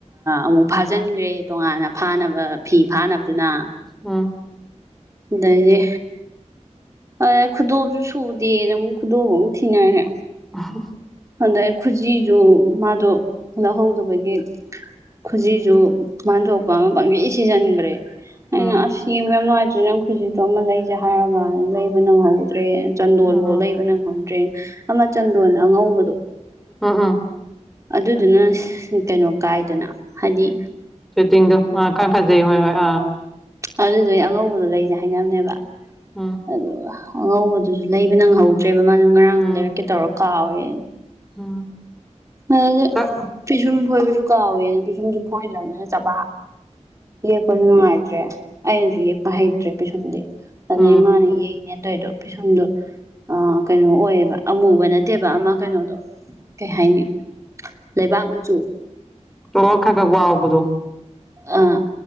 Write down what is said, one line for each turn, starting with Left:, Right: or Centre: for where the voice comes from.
Right: ꯑꯃꯨꯛ ꯐꯥꯖꯤꯟꯈ꯭ꯔꯦ ꯇꯣꯉꯥꯟꯅ ꯐꯥꯅꯕ ꯐꯤ ꯐꯥꯅꯕꯗꯨꯅ
Centre: ꯎꯝ
Right: ꯑꯦ ꯑꯗ ꯈꯨꯗꯣꯝꯁꯨ ꯁꯨꯗꯦꯅ ꯑꯃꯨꯛ ꯈꯨꯗꯣꯝ ꯑꯃꯨꯛ ꯊꯤꯅꯔꯦ
Centre: ꯑ
Right: ꯑꯗꯩ ꯈꯨꯖꯤꯗꯨ ꯃꯥꯗꯣ ꯂꯧꯍꯧꯗꯕꯒꯤ ꯈꯨꯖꯤꯁꯨ ꯃꯟ ꯊꯣꯛꯣꯛꯄ ꯑꯃ ꯄꯪꯗꯤ ꯁꯤꯖꯤꯟꯈ꯭ꯔꯦ ꯑꯩꯅ
Centre: ꯎꯝ
Right: ꯑꯁ ꯌꯦꯡꯕ ꯌꯥꯝ ꯅꯨꯡꯉꯥꯏꯇ꯭ꯔꯦ ꯅꯪ ꯈꯨꯖꯤꯗꯣ ꯑꯃ ꯂꯩꯁꯦ ꯍꯥꯏꯔꯒ ꯂꯩꯕ ꯅꯪꯍꯧꯕ ꯗ꯭ꯔꯦ ꯆꯟꯗꯣꯟꯐꯧ
Centre: ꯎꯝ
Right: ꯂꯩꯕ ꯅꯪꯍꯧꯗ꯭ꯔꯦ ꯑꯃ ꯆꯟꯗꯣꯟ ꯑꯉꯧꯕꯗꯣ
Centre: ꯎꯝ ꯎꯝ
Right: ꯑꯗꯨꯗꯨꯅ ꯀꯩꯅꯣ ꯀꯥꯏꯗꯅ ꯍꯥꯏꯗꯤ
Centre: ꯁꯨꯇꯤꯡꯗꯣ ꯑ ꯈꯔ ꯐꯖꯩ ꯍꯣꯏ ꯍꯣꯏ ꯑꯥ
Right: ꯑꯗꯨꯗ ꯑꯩ ꯑꯉꯧꯕꯗꯣ ꯂꯩꯁꯦ ꯍꯥꯏꯅꯕꯅꯦꯕ
Centre: ꯎꯝ
Right: ꯑꯗꯨꯒ ꯑꯉꯧꯕꯗꯨꯁꯨ ꯂꯩꯕ ꯅꯪꯍꯧꯗ꯭ꯔꯦꯕ ꯃꯥꯁꯨ ꯉꯔꯥꯡ
Centre: ꯎꯝ
Right: ꯂꯩꯔꯛꯀꯦ ꯇꯧꯔ ꯀꯥꯎꯋꯦ
Centre: ꯎꯝ
Right: ꯑꯗꯨ
Centre: ꯆꯠ
Right: ꯄꯤꯁꯨꯝ ꯐꯣꯏꯕꯁꯨ ꯀꯥꯎꯋꯦ ꯑ ꯄꯤꯁꯨꯝꯁꯨ ꯐꯣꯏꯗ꯭ꯔꯕꯅꯤꯅ ꯆꯕꯥ ꯌꯦꯛꯄꯁꯨ ꯅꯨꯡꯉꯥꯏꯇ꯭ꯔꯦ ꯑꯩꯅꯁꯨ ꯌꯦꯛꯄ ꯍꯩꯇ꯭ꯔꯦ ꯄꯩꯤꯁꯨꯝꯗꯤ ꯑꯗꯨꯗꯩ
Centre: ꯎꯝ
Right: ꯏ ꯃꯥꯥꯅ ꯌꯦꯛ ꯅꯦ ꯑꯗꯨꯏꯗꯣ ꯐꯤꯁꯨꯡꯗꯨꯣ ꯑ ꯀꯩꯅꯣ ꯑꯣꯏꯌꯦꯕ ꯑꯃꯨꯕ ꯅꯠꯇꯦꯕ ꯑꯃ ꯀꯩꯅꯣꯗꯣ ꯀꯩ ꯍꯥꯏꯅꯤ ꯂꯩꯕꯥꯛ ꯃꯆꯨ
Centre: ꯑꯣ ꯈ ꯀꯗꯨꯣ
Right: ꯑꯥ